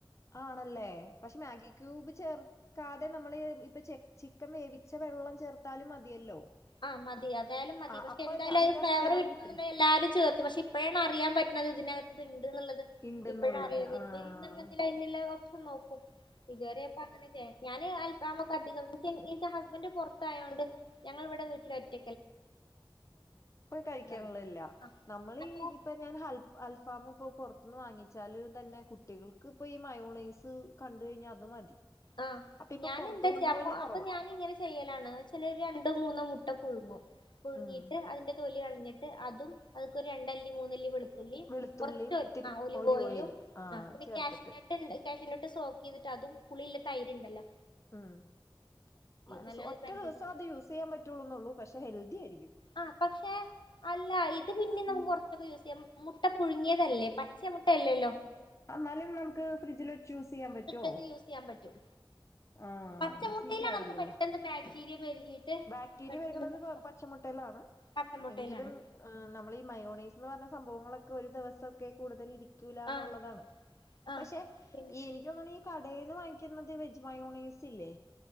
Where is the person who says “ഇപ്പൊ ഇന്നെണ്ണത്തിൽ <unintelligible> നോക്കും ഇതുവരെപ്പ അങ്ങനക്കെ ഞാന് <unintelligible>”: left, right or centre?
Left